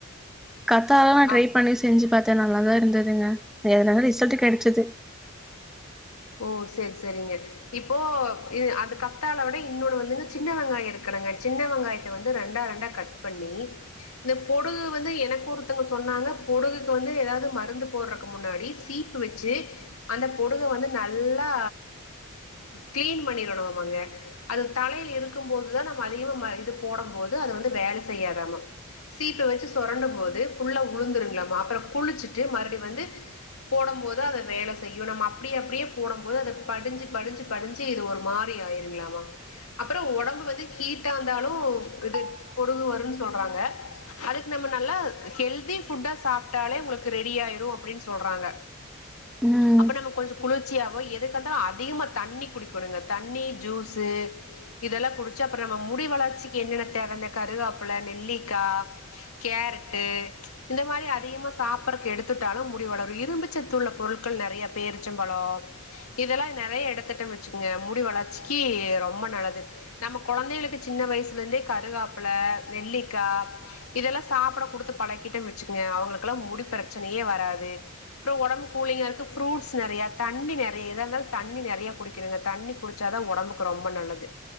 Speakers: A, in the centre; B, on the left (about 85°).
A: கத்தாலா நா ட்ரை
B: ஆ
A: பண்ணி செஞ்சு பாத்த நல்லாதா இருந்ததுங்க எதுனால ரிசல்டு கெடச்சுது
B: ஓ சேரி சேரிங்க இப்போ இ அது கத்தால விட இன்னொன்னு வந்துங்க சின்ன வெங்காயோ இருக்கிலங்க சின்ன வெங்காயத்த வந்து ரெண்டா ரெண்டா கட் பண்ணி இந்த பொடுகு வந்து எனக்கு ஒருத்தொங்க சொன்னாங்க பொடுகுக்கு வந்து எதாது மருந்து போடறக்கு முன்னாடி தீப்பு வெச்சு அந்த பொடுக வந்து நல்லா கிளீன் பண்ணிரணும்மா மாங்க அது தலையில இருக்கு போதுதா நம்ம அதிகமா இது போடு போது அது வந்து வேல செய்யாதாமா சீப்ப வெச்சு சொரண்டு போது ஃபுல்லா உளுந்துருங்களாமா அப்றோ குளிச்சிட்டு மறுபடி வந்து போடு போது அது வேல செய்யு நம்ம அப்டி அப்டியே போடு போது அது படிஞ்சு படிஞ்சு படிஞ்சு இது ஒரு மாரி ஆயிருங்களாமா அப்றோ ஒடம்பு வந்து ஹீட்டா இருந்தாலு இது பொடுகு வருன்னு சொல்றாங்க அதுக்கு நம்ம நல்லா ஹெல்தி ஃபுட்டா சாப்டாலே உங்களுக்கு ரெடி ஆயிரு அப்டின்னு சொல்றாங்க
A: ம்
B: அப்ப நம்ம கொஞ்சோ குளுர் ச்சியாவோ எதுக்கெடுத்தாலு அதிகமா தண்ணி குடிக்கணுங்க தண்ணி ஜூஸ்சு இதெல்லா குடிச்சா அப்பறோ நம்ம முடி வளர்ச்சிக்கு என்னென்ன தேவ இந்த கருகாப்புல நெல்லிக்கா கேரட்டு இந்த மாறி அதிகமா சாப்ட்றக்கு எடுத்துட்டாலு முடி வளரு இரும்புச்சத்து உள்ள பொருட்கள் நெறைய பேரிச்சபழோ இதெல்லா நெறைய எடத்திட்ட வச்சுக்குங்க முடி வளர்ச்சிக்கு ரொம்ப நல்லது நம்ம கொழந்தைங்களுக்கு சின்ன வயசுல இருந்தே கருகாப்பிள நெல்லிக்கா இதெல்லா சாப்பிட குடுத்து பழக்கிட்டனு வெச்சுங்க அவுங்கலுக்கெல்லா முடி ப்ரச்சனையே வராது அப்றோ ஒடம்பு கூலிங்கா இருக்க ஃப்ரூட்ஸ் நெறய தண்ணி நெறய எத இருந்தாலு தண்ணி நெறைய குடிக்கணுங்க தண்ணி குடுச்சாதா ஒடம்புக்கு ரொம்ப நல்லது